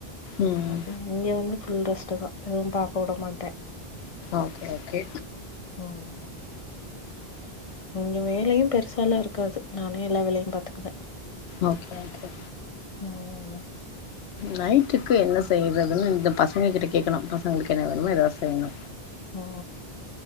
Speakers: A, on the left; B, on the left.
A: ம்
B: என்னாது இங்க வந்து ஃபுல் ரெஸ்ட்டுதா எதுவு பாக்க உட மாட் ட
A: ஓகே ஓகே
B: ம் இங்க வேலையு பெருசாலா இருக்காது நானே எல்லா வேலையு பாத்துக்குவே
A: ஓகே கே
B: ம்
A: நைட்டுக்கு என்ன செய்றதுன்னு இந்த பசங்கக்கிட்ட கேக்கணு பசங்களுக்கு என்ன வேணுமோ எதாவ் செய்ணு
B: ஓ